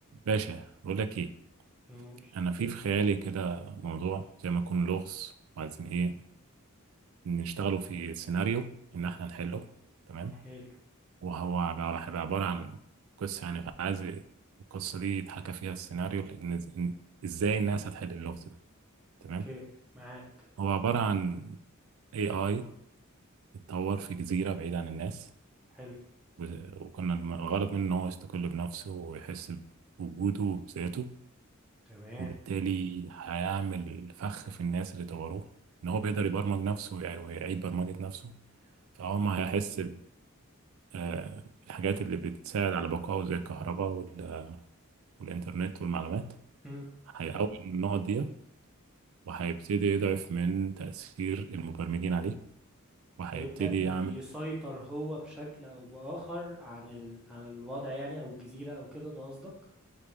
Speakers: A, on the right (about 70°); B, in the centre.
A: باشا بقول لك ايه
B: نقول
A: انا في في خيالي كده موضوع زي ما يكون لغز وعايزين
B: مم.
A: ايه نشتغلوا في سيناريو ان احنا نحله تمام
B: حلو
A: وهو عب- هيبقى عبارة عن قصة يعني فعايز القصة دي يتحكى فيها السيناريو لان إز- إن- ازاي الناس هتحل اللغز ده تمام
B: اوكي معاك
A: هو عبارة عن اي اي اتطور في جزيرة بعيد عن الناس
B: حلو
A: و- وكنا الم- الغرض منه ان هو يستقل بنفسه ويحس بوجوده وبذاته
B: تمام
A: وبالتالي هيعمل فخ في الناس اللي طوروه ان هو بيقدر
B: مم.
A: يبرمج نفسه ويع- ويعيد برمجة نفسه فهو ما هيحس بالحاجات اللي بتساعد على بقائه زي الكهرباء وال- والإنترنت والمعلومات
B: مم.
A: هيقوي النقط دي وهيبتدي يضعف من تأثير المبرمجين عليه وهيبتدي
B: هيبدأ
A: يعمل
B: يسيطر هو بشكل او بآخر عن ال... عن الوضع يعني او الجزيرة او كده ده قصدك